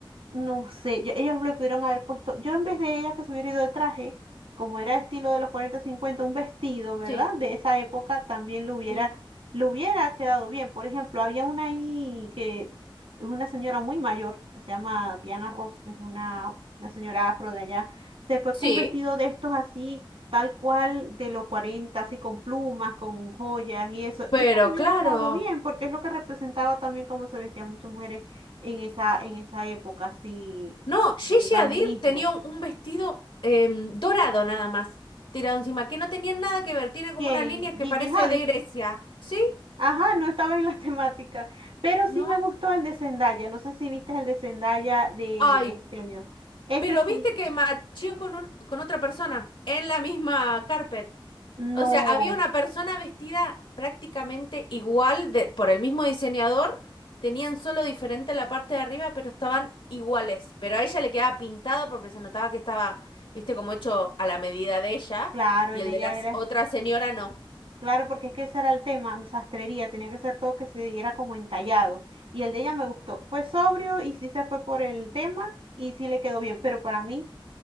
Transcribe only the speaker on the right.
no sé, yo- ellos lo pudieron haber puesto, yo en vez de ella que se hubiera ido de traje, como era estilo de los 40 50 un vestido, ¿verdad?
De esa época también lo hubiera,
lo hubiera quedado bien. Por ejemplo, había una ahí que es una señora muy mayor, que se llama Diana Ross, que es una, una señora afro de allá, se fue
con un vestido de estos así tal cual de los 40 así con plumas, con joyas y eso.
Esto le hubiera
quedado bien porque es lo que representaba también cómo se vestían muchas mujeres en esa, en esa época, así,
el dandinismo.
Que
en
Gigi
Hadid,
ajá, no estaba en la <laughs> temática, pero
sí me gustó el de Zendaya, no sé si viste el de Zendaya de,
de este año. Ese
sí,
no,
claro,
el
de
ella
era
Claro, porque es que ese era el tema, sastrería, tenía que ser todo que se diera como entallado. Y el de ella me gustó. Fue sobrio y sí se fue por el tema y sí le quedó bien. Pero para mí,